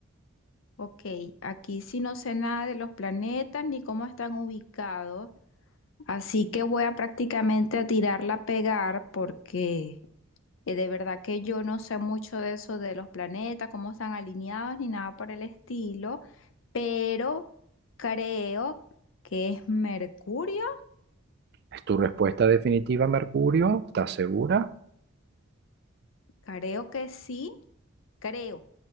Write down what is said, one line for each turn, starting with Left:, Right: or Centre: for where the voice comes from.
Left: Ok, aquí sí no sé nada de los planetas ni cómo están ubicados, así que voy a prácticamente a tirarla a pegar porque eh, de verdad que yo no sé mucho de eso de los planetas, cómo están alineados ni nada por el estilo, pero creo que es Mercurio,
Right: ¿Es tu respuesta definitiva, Mercurio? ¿Estás segura?
Left: creo que sí, creo,